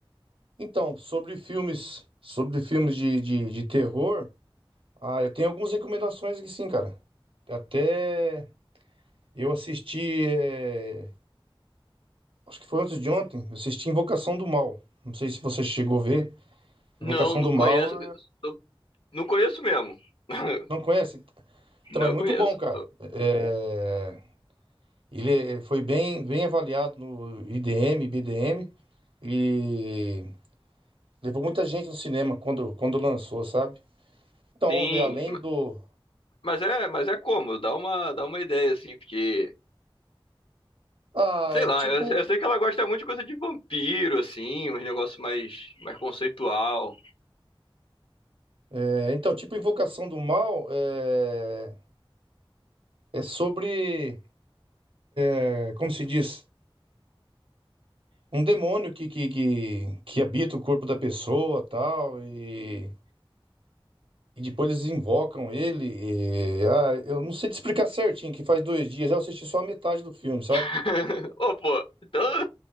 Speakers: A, on the right (about 70°); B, on the left (about 70°).
A: Então, sobre filmes, sobre filmes de, de, de terror, ah, eu tenho algumas recomendações aqui, sim, cara. Até eu assisti eh, Acho que foi antes de ontem. Eu assisti Invocação do Mal. Não sei se você chegou a ver.
B: Não,
A: Invocação
B: não
A: do Mal,
B: conheço, sou- não conheço mesmo. <laughs>
A: não conhece? Então
B: Não
A: é muito
B: conheço.
A: bom, cara.
B: Sou-
A: É, Ele é- foi bem, bem avaliado no IDM, BDM e levou muita gente no cinema quando, quando lançou, sabe? Então
B: Sim,
A: vamos ver, além do.
B: Mas é, mas é como, dá uma, dá uma ideia, assim, porque,
A: Ah,
B: sei
A: é
B: lá,
A: tipo.
B: eu, eu sei que ela gosta muito de coisa de vampiro, assim, uns negócios mais, mais conceitual.
A: é, então, tipo Invocação do Mal é, é sobre. é, como se diz? Um demônio que, que, que, que habita o corpo da pessoa tal, e. E depois eles invocam ele. e- ah, eu não sei te explicar certinho, que faz dois dias. Eu assisti só a metade do filme, sabe?
B: <laughs> Ô, pô, então,